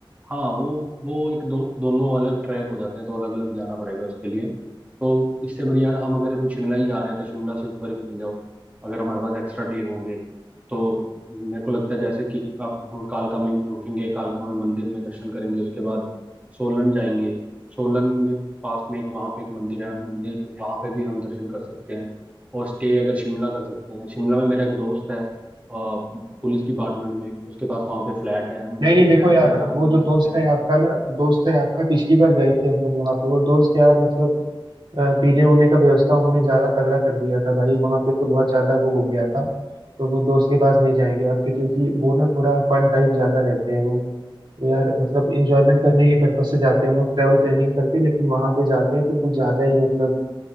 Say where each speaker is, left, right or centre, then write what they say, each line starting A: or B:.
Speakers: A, on the right; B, on the right.
A: हाँ वो वो एक दो दोनों अलग ट्रैक हो जाते हैं तो अलग अलग जाना पड़ेगा उसके लिए तो इससे बढ़िया हम अगर हम शिमला ही जा रहे हैं तो शिमला से ऊपर ही निकल जाओ अगर हमारे पास एक्स्ट्रा डे होंगे तो मेरे को लगता है जैसे कि आप हम कालका में रुकेंगे कालका में मंदिर में दर्शन करेंगे उसके बाद सोलन जाएंगे सोलन में पास में एक वहाँ पे एक मंदिर है मंदिर वहाँ पे भी हम दर्शन कर सकते हैं और स्टे अगर शिमला कर सकते हैं शिमला में मेरा एक दोस्त है पुलिस डिपार्टमेंट में उसके पास वहाँ पे फ्लैट है हम उसके
B: नहीं नहीं देखो
A: फ्लैट
B: यार
A: में रात
B: वो
A: को रुक
B: जो
A: सकते
B: दोस्त
A: हैं
B: है आपका ना दोस्त है आपका पिछली बार गए थे हम लोग वहां पे वो दोस्त यार मतलब अ, पीने उने का व्यवस्था उन्होंने ज्यादा तगड़ा कर दिया था भाई वहां पे तो बहुत ज्यादा वो हो गया था तो वो दोस्त के पास नहीं जाएंगे आपके क्योंकि वो ना थोड़ा फन टाइप ज्यादा रहते हैं वो तो यार मतलब इंजॉयमेंट करने के पर्पज से जाते हैं हम लोग ट्रेवल प्लानिंग करके लेकिन वहां पे जाते हैं तो कुछ ज्यादा ही मतलब